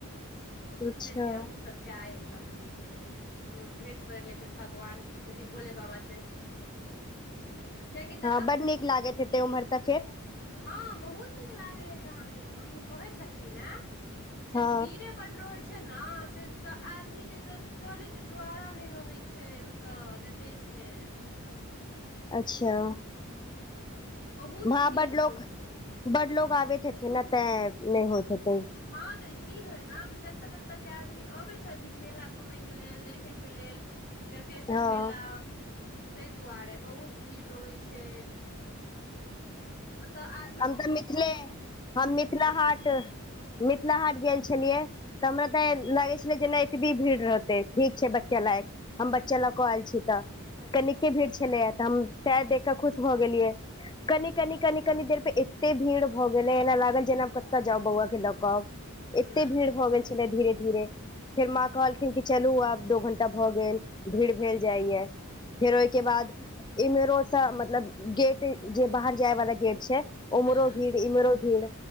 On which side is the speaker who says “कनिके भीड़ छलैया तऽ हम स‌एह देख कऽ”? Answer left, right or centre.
Left